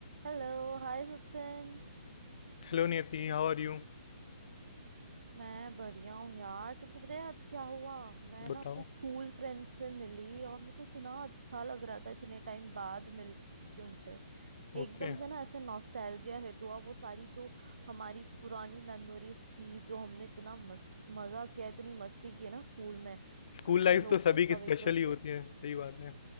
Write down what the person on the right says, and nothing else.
हेलो हाय सचिन
मैं बढ़िया हूँ यार तुमको पता है आज क्या हुआ मैं
ना अपने स्कूल फ्रेंड से मिली और मेरे को इतना अच्छा लग रहा था इतने टाइम बाद मिल के उनसे एकदम
से ना ऐसे नॉस्टैल्जिया हिट हुआ वो सारी जो हमारी पुरानी मेमोरीज थी जो हमने इतना मस, मजा किया इतनी मस्ती की है ना स्कूल में
हम लोगों
को सब
एकदम
से